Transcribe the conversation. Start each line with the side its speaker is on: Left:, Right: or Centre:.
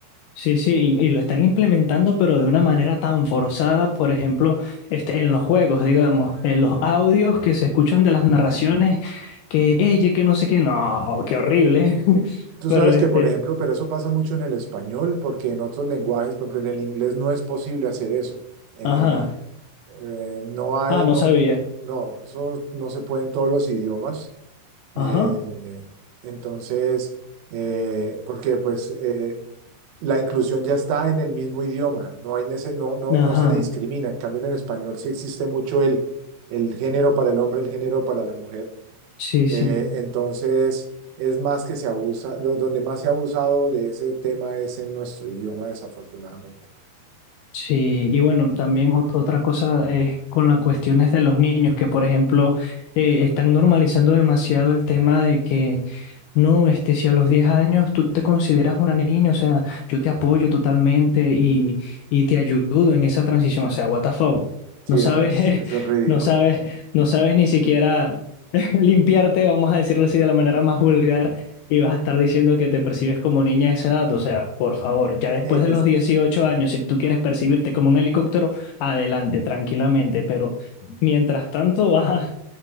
Left: Sí, sí, y, y lo están implementando, pero de una manera tan forzada, por ejemplo, este, en los juegos, digamos, en los audios que se escuchan de las narraciones, que ella, que no sé qué, no, qué horrible. <laughs>
Right: Tú
Left: Pero
Right: sabes
Left: este,
Right: que, por ejemplo, pero eso pasa mucho en el español, porque en otros lenguajes, por ejemplo, en el inglés no es posible hacer eso. Eh,
Left: ajá,
Right: eh, no hay,
Left: ah, no
Right: no,
Left: sabía,
Right: no, eso no se puede en todos los idiomas.
Left: ajá,
Right: Eh, entonces, eh, porque pues eh, la inclusión ya está en el mismo idioma, no hay nece- no, no,
Left: ajá,
Right: no se discrimina. En cambio, en el español sí existe mucho el, el género para el hombre, el género para la mujer.
Left: sí, sí.
Right: Eh, entonces, es más que se abusa, lo- donde más se ha abusado de ese tema es en nuestro idioma, desafortunadamente.
Left: Sí, y bueno, también ot- otra cosa es con las cuestiones de los niños, que por ejemplo eh, están normalizando demasiado el tema de que no, este, si a los 10 años tú te consideras una niña, o sea, yo te apoyo totalmente y, y te ayudo en esa transición, o sea, what the fuck,
Right: Sí,
Left: no sabes,
Right: eso es,
Left: <laughs>
Right: eso es ridículo.
Left: no sabes, no sabes ni siquiera <laughs> limpiarte, vamos a decirlo así de la manera más vulgar. Y vas a estar diciendo que te percibes como niña a esa edad, o sea, por favor, ya después
Right: Sí,
Left: de
Right: sí,
Left: los
Right: sí.
Left: 18 años, si tú quieres percibirte como un helicóptero, adelante, tranquilamente, pero mientras tanto <laughs> vas a